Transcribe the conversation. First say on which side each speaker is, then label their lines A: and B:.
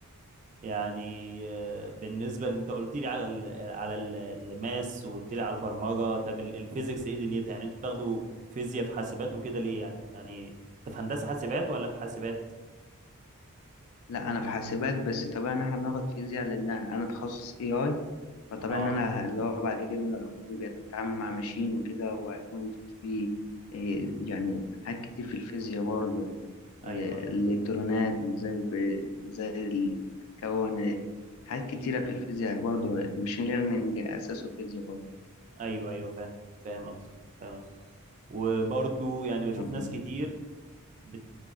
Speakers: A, on the right (about 35°); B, on the left (about 70°).
A: يعني آه، بالنسبه اللي انت قلت لي على ال على ال- الماس وقلت لي على البرمجه طب ال- الفيزيكس ايه دنيتها يعني انتوا بتاخدوا فيزياء في حاسبات وكده ليه يعني يعني انت في هندسه حاسبات ولا في حاسبات
B: لا انا في حاسبات بس طبعا احنا بناخد فيزياء لان انا تخصص اي اي فطبعا
A: اه
B: ان انا اللي هو بعد كده هبقى اتعامل مع ماشين وكده وهيكون في آه، يعني حاجات كتير في الفيزياء برضه
A: ايوه
B: إيه،
A: ايوه
B: الإلكترونات وإزاي ب- إزاي تكون حاجات كتيرة في الفيزياء برضه المشين ليرنينج أساسه فيزياء برضه
A: ايوه ايوه فاهم فاهم قصدك فاهم قصدك وبرضو يعني بشوف
B: مم.
A: ناس كتير بت